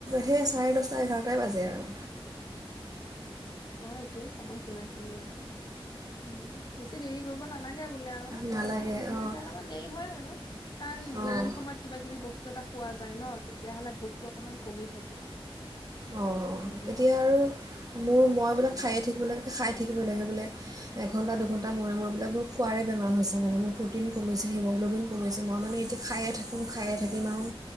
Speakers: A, on the right; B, on the left.
A: সে চাৰে দহচ চাৰে এঘাৰটাই বাজে আৰু।
B: অ একেই সময়সীমা খিনি আৰু উম বেছি দেৰি কৰিব নালাগে বোলে আৰু
A: নালাগে
B: কিন্তু আজিকালি
A: অঁ
B: অলপমান দেৰি হয় আৰু কাৰণ
A: অঁ
B: গধূলি সময়ত কিবা কিবি বস্তু এটা খোৱা যায়। পায় ন তি তেতিয়াহ'লে ভোকতটো অকমান কমি থাকে
A: অ'
B: উম
A: এতিয়া আৰু মোৰ মই মবিলাক খায়য়েই থাকিব লাগে খাই থাকিব লাগে বোলে, এঘণ্টা দুঘণ্টা মূৰে মূৰে এইবিলাক মোৰ খোৱাৰে বেমাৰ হৈছে মানে মোৰ প্ৰ'টিন কমিছে হিমগ্ল'বিন কমিছে মই মানে এতিয়া খায়ে থাকোঁ খায়ে থাকিম আৰু।